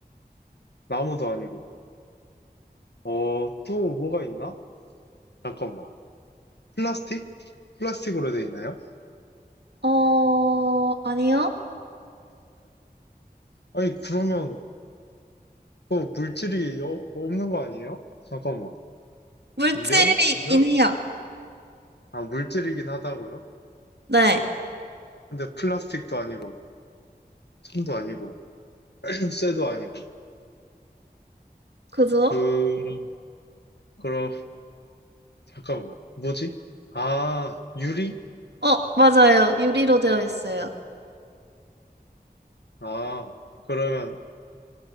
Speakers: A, on the left; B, on the right.
A: 나무도 아니고. 어, 또 뭐가 있나? 잠깐만. 플라스틱? 플라스틱으로 돼 있나요?
B: 어, 아니요.
A: 아니, 그러면 그 물질이 어- 없는 거 아니에요? 잠깐만.
B: 물질이
A: 면? 면?
B: 있긴 해요.
A: 아, 물질이긴 하다고요?
B: 네,
A: 근데 플라스틱도 아니고, 천도 아니고, <clears throat> 쇠도 아니고.
B: 그죠?
A: 그럼, 그럼, 잠깐만. 뭐지? 아, 유리?
B: 어, 맞아요. 유리로 되어 있어요.
A: 아, 그러면